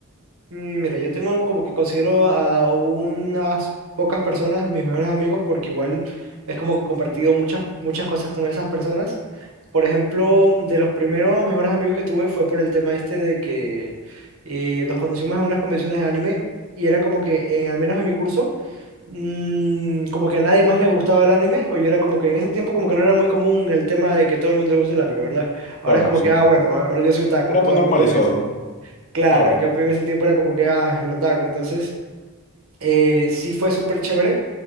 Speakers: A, on the right; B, on the left.
A: Mm, Mira, yo tengo como que considero a unas pocas personas mis mejores amigos porque igual es como que he compartido muchas, muchas cosas con esas personas. Por ejemplo, de los primeros mejores amigos que tuve fue por el tema este de que eh, nos conocimos en unas convenciones de anime y era como que, en, al menos en mi curso, mm, como que a nadie más le gustaba el anime o yo era como que en ese tiempo como que no era muy común el tema de que todo el mundo le gusta el anime, ¿verdad? Ahora
B: Claro,
A: es como
B: sí.
A: que, ah, bueno, ahora yo soy otaku,
B: Era
A: todo
B: muy normalizado,
A: el mundo lo dice. Claro,
B: claro.
A: en cambio en ese tiempo era como que, ah, el otaku, entonces, eh, sí fue súper chévere